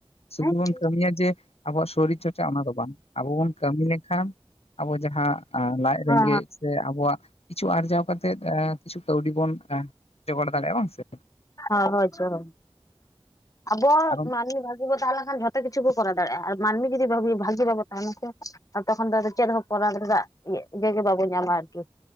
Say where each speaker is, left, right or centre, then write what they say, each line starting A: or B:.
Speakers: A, on the left; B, on the left.
A: ᱥᱩᱫᱩ
B: ᱦᱮᱸ
A: ᱵᱚᱱ
B: ᱦᱮᱸ
A: ᱠᱟᱹᱢᱤᱭᱟ ᱡᱮ ᱟᱵᱚᱣᱟᱜ ᱥᱚᱨᱤᱨ ᱪᱚᱨᱪᱟ ᱚᱱᱟ ᱫᱚ ᱵᱟᱝ ᱟᱵᱚ ᱵᱚᱱ ᱠᱟᱹᱢᱤ ᱞᱮᱠᱷᱟᱱ? ᱟᱵᱚ ᱡᱟᱦᱟᱸ ᱞᱟᱡ ᱨᱮᱸᱜᱮᱡ
B: ᱦᱮᱸ
A: ᱥᱮ ᱟᱵᱚᱣᱟᱜᱼᱼ ᱠᱤᱪᱷᱩ ᱟᱨᱡᱟᱣ ᱠᱟᱛᱮᱫ ᱠᱤᱪᱷᱩ ᱠᱟᱹᱣᱰᱤ ᱵᱚᱱ ᱡᱚᱜᱟᱲ ᱫᱟᱲᱮᱭᱟᱜᱼᱟ ᱵᱟᱝ ᱥᱮ᱾
B: ᱦ ᱦᱳᱪ ᱦᱳ ᱟᱵ
A: ᱟᱨ
B: ᱢᱟᱱᱤᱼᱼ ᱵᱷᱟᱜᱤ ᱵᱚᱱ ᱛᱟᱦᱚᱞᱮ ᱠᱷᱟᱱ ᱡᱷᱚᱛ ᱠᱤᱪᱷᱩ ᱵᱚ ᱠᱚᱨ ᱫᱟᱲᱮᱭᱟᱜ ᱟᱨ ᱢᱟᱹᱱᱢᱤ ᱡᱩᱫᱤ ᱵᱷᱟᱹᱜᱤ ᱵᱟᱵᱚᱱ ᱛᱟᱦᱮᱱᱟ ᱠᱷᱟᱱᱼᱼ ᱟᱨ ᱛᱚᱠᱷᱚᱱ ᱫᱚ ᱪᱮᱫ ᱦᱚᱸ ᱠᱚᱚᱨ ᱨᱮ ᱤᱭᱟᱹ ᱜᱮ ᱵᱟᱵᱚᱱ ᱧᱟᱢᱟ ᱟᱨᱠᱤ?